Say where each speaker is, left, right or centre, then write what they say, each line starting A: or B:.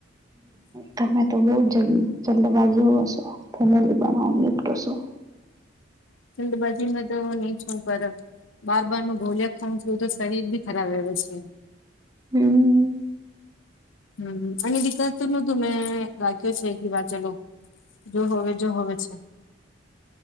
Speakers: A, on the right; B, on the left.
A: હ તમે તો બઉ જલ્ જલ્ંદબાજ હોવ છો. ફેમલી બનાવની એક શું?
B: જલ્દ બજીમાં તો નીચ ઉપર. બાર બાર નું ભોલિયા ખાું જોયું તો શરીર બી ખરાબ રહે છે.
A: હમ.
B: હમ એની દીકત તો નતું મેં રાખ્યો છે કે વા ચલો. જો હ જો હવે છે.